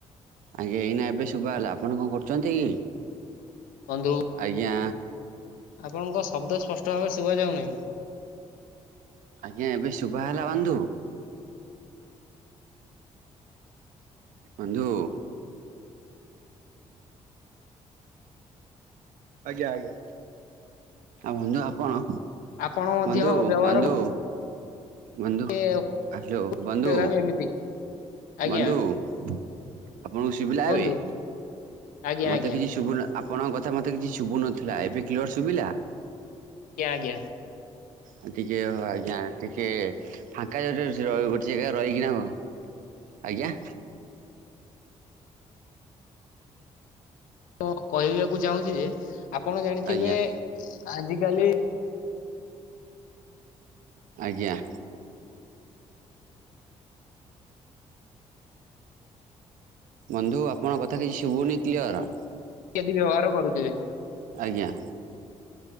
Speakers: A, on the right; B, on the left.
A: ଆଜ୍ଞା ଏଇନା ଏବେ ଶୁଭା ଗଲା ଆପଣ କଣ କରୁଛନ୍ତି କି?
B: ବନ୍ଧୁ।
A: ଆଜ୍ଞା।
B: ଆପଣଙ୍କ ଶବ୍ଦ ସ୍ପଷ୍ଟ ଭାବରେ ଶୁଭା ଯାଉନାହିଁ।
A: ଆଜ୍ଞା ଏବେ ଶୁଭା ହେଲା ବନ୍ଧୁ। ବନ୍ଧୁ। ଆଜ୍ଞା ଆଜ୍ଞା। ଆଉ ବନ୍ଧୁ ଆପଣ
B: ଆପଣ ମଧ୍ୟ
A: ବନ୍ଧୁ
B: ବ୍ୟବହାର
A: ବନ୍ଧୁ। ବନ୍ଧୁ
B: କରିବେ
A: ଆଲୋ ବନ୍ଧୁ।
B: ହ୍ୱାଟ୍ସଆପ ଏମିତି ଆଜ୍ଞା
A: ବନ୍ଧୁ ଆପଣଙ୍କୁ ଶୁଭିଲା
B: କୁହନ୍ତୁ
A: ଏବେ?
B: ଆଜ୍ଞା
A: ମତେ
B: ଆଜ୍ଞା
A: କିଛି ଶୁଭୁନେ ଆପଣଙ୍କ କଥା ମତେ କିଛି ଶୁଭୁନଥିଲା ଏବେ କ୍ଲିଅର ଶୁଭିଲା।
B: ଆଜ୍ଞା ଆଜ୍ଞା।
A: ମୁଁ ଟିକେ ଓ ଆଜ୍ଞା ଟିକେ। ଫାଙ୍କା ଯାଗାକୁ ଗୋଟେ ଜାଗା ରହିକି ନାଁ କ? ଆଜ୍ଞା।
B: ମୁଁ କହିବାକୁ ଚାହୁଁଛି ଯେ ଆପଣ ଜାଣିଥିବେ
A: ଆଜ୍ଞା
B: ଆଜିିକାଲି।
A: ଆଜ୍ଞା। ବନ୍ଧୁ ଆପଣଙ୍କ କଥା କିଛି ଶୁଭୁନି କ୍ଲିଅର?
B: କେଦିବି ଘ ର କରୁଥିବେ।
A: ଆଜ୍ଞା।